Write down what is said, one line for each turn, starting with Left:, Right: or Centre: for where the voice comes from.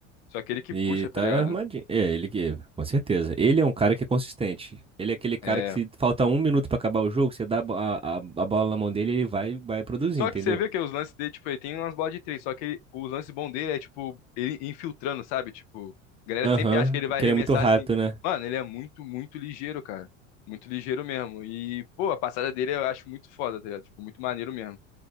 Left: Só aquele que
Right: E
Left: puxa, tá
Right: tá
Left: ligado?
Right: armadinho.
Left: Então,
Right: É, ele que, com certeza. Ele é um cara que é consistente. Ele é aquele cara
Left: É.
Right: que se falta um minuto pra acabar o jogo, você dá a, bo- a, a- a bola na mão dele, ele vai, vai produzir,
Left: Só
Right: entendeu?
Left: que você vê que os lances dele, tipo, ele tem umas bolas de três, só que ele- os lances bons dele é, tipo, ele infiltrando, sabe? Tipo, a galera
Right: Aham,
Left: sempre acha que ele vai
Right: que
Left: arremessar
Right: ele é muito rápido,
Left: assim.
Right: né?
Left: Mano, ele é muito, muito ligeiro, cara. Muito ligeiro mesmo. E, pô, a passada dele eu acho muito foda, tá ligado? Tipo, muito maneiro mesmo.